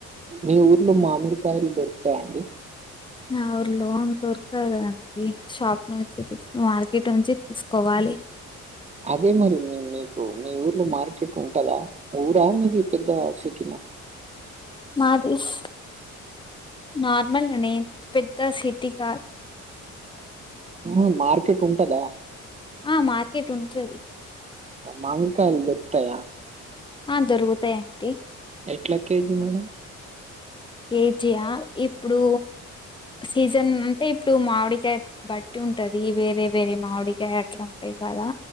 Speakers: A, on the right; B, on the left.
A: మీ ఊర్లో మామిడికాయలు దొరుకుతయాండి?
B: నా ఊర్లో దొరుక్తండి షాప్ నుంచి తీసుకుని మార్కెట్ నుంచి తీసుకోవాలి.
A: అదే మరి మీ మీకు మీ ఊర్లో మార్కెట్ ఉంటదా, ఊరా మీది పెద్ద సిటీనా?
B: మాదిస్ నార్మల్గనే అంత పెద్ద సిటీ కాదు.
A: ఆ మార్కెట్ ఉంటదా?
B: ఆ మార్కెట్ ఉంటది.
A: మామిడికాయలు దొరుక్తయా?
B: ఆ దొరుకుతయండి.
A: ఎట్లా కేజీ మేడం?
B: కేజియా ఇప్పుడు సీజన్ అంటే ఇప్పుడు మామిడికాయ బట్టి ఉంటది వేరే వేరే మామిడికాయ అట్లా ఉంటయి కదా.